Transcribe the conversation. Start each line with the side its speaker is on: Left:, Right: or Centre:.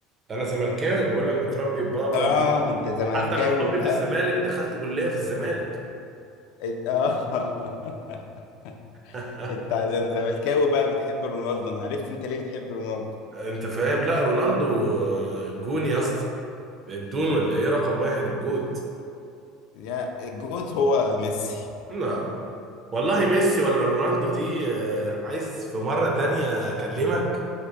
Right: انا زملكاوي بقول لك متربي بابا
Left: اه
Right: ماما
Left: انت زملكاوي
Right: حتى من حبي
Left: بقى
Right: في الزمالك دخلت كليه في الزمالك
Left: إت- اه <laughs>
Right: <laughs>
Left: انت عشان زملكاوي بقى بتحب رونالدو انا عرفت انت ليه بتحب رونالدو
Right: انت فاهم لا رونالدو آه، جون يا اسطى الدون ولا ايه رقم واحد الجوت
Left: يا الجوت هو ميسي
Right: نعم والله ميسي ولا رونالدو دي آه، عايز في مرة تانية اكلمك